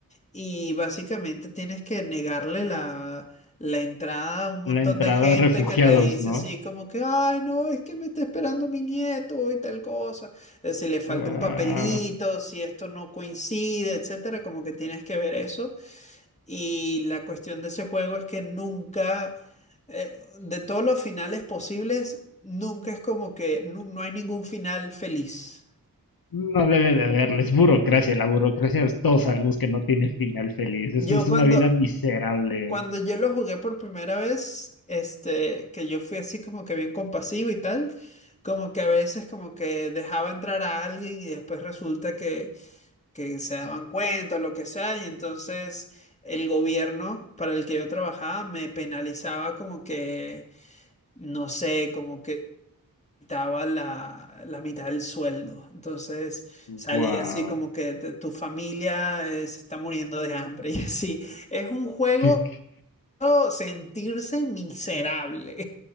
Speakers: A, on the left (about 20°); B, on the left (about 80°).
A: Y básicamente tienes que negarle la, la entrada a un
B: La
A: montón
B: entrada,
A: de gente
B: refugiados,
A: que te dice
B: ¿no?
A: así como que, ay, no, es que me está esperando mi nieto y tal cosa. Eh, Si le falta
B: Guau.
A: un papelito, si esto no coincide, etcétera, como que tienes que ver eso. Y la cuestión de ese juego es que nunca, eh, de todos los finales posibles, nunca es como que nu- no hay ningún final feliz.
B: No debe de haberles burocracia. La burocracia, es- todos sabemos que no tiene final feliz. Es,
A: Yo
B: es una
A: cuando,
B: vida miserable.
A: Cuando yo lo jugué por primera vez, este, que yo fui así como que bien compasivo y tal, como que a veces como que dejaba entrar a alguien y después resulta que, que se daban cuenta o lo que sea, y entonces el gobierno para el que yo trabajaba me penalizaba como que, no sé, como que quitaba la, la mitad del sueldo. Entonces salía
B: Wow.
A: así como que "Tu tu familia eh, se está muriendo de hambre <laughs> y así. Es un juego
B: Que- que-
A: sentirse miserable.